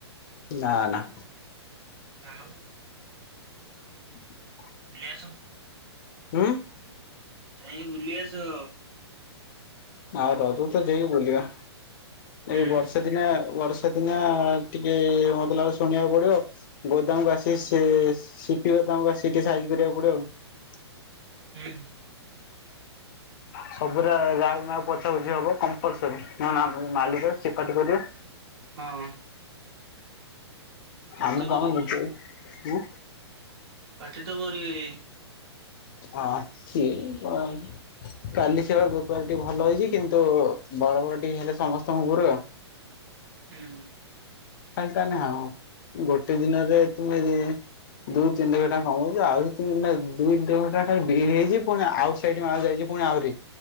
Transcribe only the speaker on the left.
ନା, ନା।
<inaudible>
ଉଁ
ଆଉ ରଜକୁ ତ ଯାଇକି ବୁଲିବା। ଏଇ
ବର୍ଷେ ଦିନେ ବର୍ଷ ସେଦିନ ଟିକେ ମୋତେ ଲାଗୁଚି ଶୁଣିବାକୁ ପଡିବ ଗୋଦାମକୁ ଆସି ସେ ସିଟି ଗୋଦାମକୁ ଆସିି ସେଠି ସାଇନ୍ କରିବାକୁ ପଡିବ ଆଉ।
ସବୁର ଗାଈ ମା ପୋଛା ପୋଛି ହବ କମ୍ପଲସରୀ ନନେ ଆମର ମାଲିକ ସେ ପାଟି କରିବ।
ଆମେ
କହୁନୁକି ତୁ
ଆ, ସିଏ ଅ, କାଲି ସେ ପରା ବେପାର ଟିକେ ଭଲ ହେଇଚି, କିନ୍ତୁ ବରା ବର ଟିକେ ହେଲେ ସମସ୍ତଙ୍କ ଉପରେ।
ଖାଲି ତା ନା ହାଁ, ହଁ, ଗୋଟେ ଦିନରେ ତୁମେ ଯେ ଦୁ ତିନି ଲକ୍ଷ ଟଙ୍କା କମଉଚ, ଆହୁରି ତୁମେ ଦୁଇ <unintelligible> ଘଣ୍ଟା ଖାଲି ବିଲ୍ ହେଇଚି, ପୁଣି ଆଉ ସେଇଟି ମାଲ ଯାଇଚି, ପୁଣି ଆହୁରି